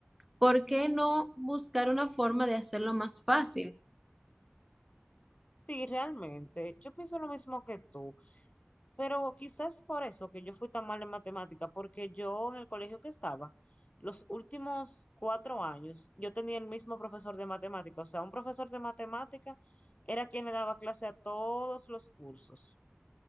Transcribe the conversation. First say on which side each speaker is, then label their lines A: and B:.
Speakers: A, in the centre; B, on the left (about 30°).
A: ¿por qué no buscar una forma de hacerlo más fácil?
B: Sí, realmente, yo pienso lo mismo que tú, pero quizás por eso que yo fui tan mal en matemáticas, porque yo en el colegio que estaba, los últimos cuatro años, yo tenía el mismo profesor de matemáticas, o sea, un profesor de matemáticas era quien le daba clase a todos los cursos.